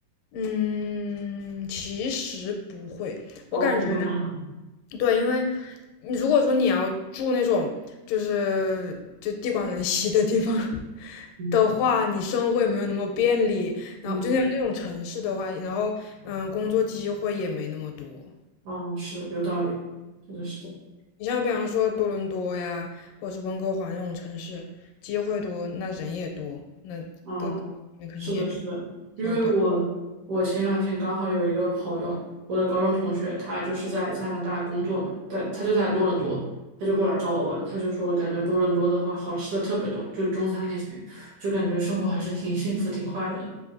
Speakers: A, on the left; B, on the right.
A: 嗯，其实不会，
B: 哦，
A: 我感觉
B: 不会啊，
A: 对，因为你如果说你要住那种就是就地广人稀的地方 <laughs>
B: 嗯
A: 的话，你生活也没有那么便利，
B: 嗯，
A: 然后就像那种城市的话，然后嗯，工作机会也没那么多。
B: 哦，是的，有道理，是的，是的。
A: 你像比方说多伦多呀，或者是温哥华那种城市，机会多，那人也多，那各个那肯定也比
B: 嗯，是的，是的，因为我我前两天刚好有一个朋友，
A: 稍微比较
B: 我的高中同学，他就是在加拿大工作嘛，在他就在多伦多，他就过来找我玩，
A: 嗯
B: 他就说感觉多伦多的话好吃的特别多，就中餐那些，就感觉生活还是挺幸福、
A: 嗯，
B: 挺快乐的。